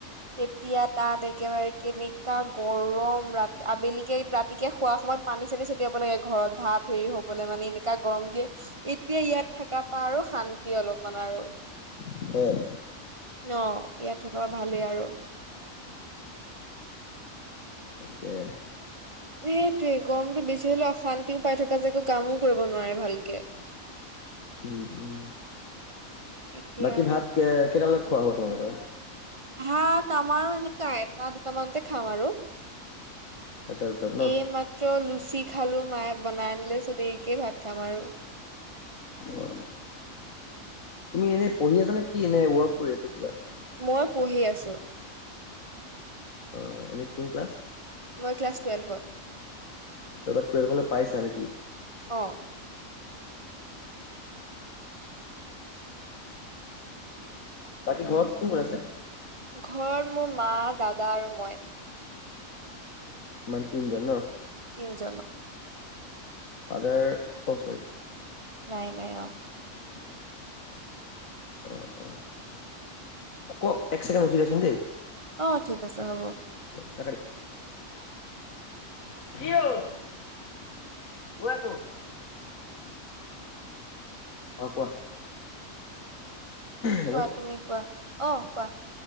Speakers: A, on the right; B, on the left.
A: তেতিয়া তাত একেবাৰে কেনেকুৱা গৰম ৰাতি আবেলিিকে ৰাতিকে খোৱা সময় পানী চানী ছটিয়াব লাগে ঘৰত ভাৱ ফেৰি হবলৈ মানে এনেককাা গৰম দিয়ে এতিয়া ইয়াত থাককা পাৰ শান্তি অলপমান আৰু
B: সেয়াই
A: ন ইয়াত থকা ভালেই আৰু
B: তকে
A: সেইটোৱে গৰমতটো বেছি হলেও অশান্তিও পাই থকা যে এক কামো কৰিব নোৱাৰে ভালকে
B: উ উম উম
A: এতিয়া
B: বাকী
A: আৰু
B: ভাত কেইটা বজাত খোৱা হ'ব তোমালোকৰ
A: হাতাতমাৰো এনেকুৱা এটা দুটামানতে খাম আৰু
B: এটা দুটাত ন?
A: এই মাত্ৰ লুচি খালো মায়ে বনাই নিলে চো দেৰিকে ভাত খাম আৰু
B: অ তুমি এনে পঢ়ি আছা নে কি এনে ৱৰ্ক কৰি আছা কিবা
A: মই পঢ়ি আছো
B: অ আ কোন ক্লছ
A: মই ক্লাছ টুৱেলভত
B: এইবাৰ টেলভ হলে পাইছা নেকি
A: অ
B: বাকী ঘৰত কোন কোন আছে
A: ঘৰত মোৰ মা দাদা আৰু মই
B: মানে তিনিজন ন
A: তিনিজ
B: ফাদাৰ অ' চৰি
A: নাই নাই অ
B: <unintelligible> আহ আহ ক এক ছেকেণ্ড ৰখিছাচোন দেই
A: অ', ঠিক আছে হ'ব।
B: কি হল আছো অ', কোৱা। হেল্ল'
A: কোৱা তুমি কোৱা অ কোৱা